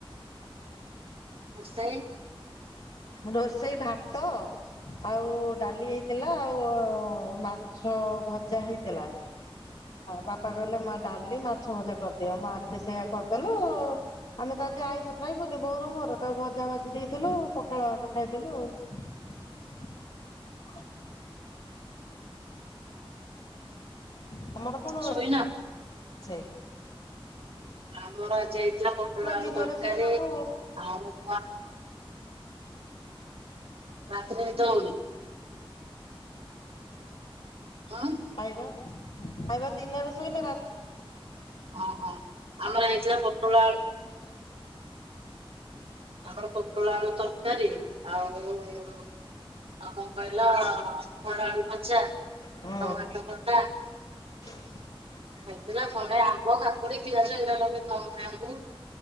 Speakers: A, on the right; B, on the left.
A: ସେଇ
B: ରୋଷେଇ ଭାତ ଆଉ ଡାଲି ହେଇଥିଲା ଆଉ ମାଛ ଭଜା ହେଇଥିଲା ବାପା କହିଲେ ମା ଡାଲି ମାଛ ଭଜା କରିଦିଅ ମା ସେଇଆ କରିଦେଲୁ ଆମେ ତା ଆଜି ଆଇଁସ ଖାଇବୁ ବୋଉ ର ମୋର ତାକୁ ଭଜା ଭାଜି ଦେଇଥିଲୁ ପଖାଳ ଭାତ ଖାଇଥିଲୁ ଆଉ। <unintelligible> ତମର କଣ?
A: ଶୋଇନ?
B: ସେ।
A: ଆମର ଆଜି ଯାଇଥିଲା ପଟୋଳ ଆଳୁ
B: ଦିନରେ
A: ତରକାରୀ
B: ଶୋଇଲାକୁ
A: ଆଉ ରାତରେ ନିଦ ହେଉନି। ହଁ
B: ପାଇବା। ଏଇବା ଦିନରେ ଶୋଇଲେ ରାତି
A: ହଁ ହଁ ଆମର ଆଜି ଥିଲା ପୋଟଳ ଆଳୁ ଆମର ପୋଟଳ ଆଳୁ ତରକାରୀ ଆଉ ଆ କ କହିଲେ ଥିଲ ମର ଆଲୁ ଭଜା
B: ହୁଁ
A: ଟମାଟୋ ଖଟା।
B: <unintelligible>
A: ହେଇଥିଲା ଘରେ ଆମ୍ବ କା କାକୁଡି ପିଆଜ ଏଗୁରା ସବୁ ନ ଲେମ୍ବୁ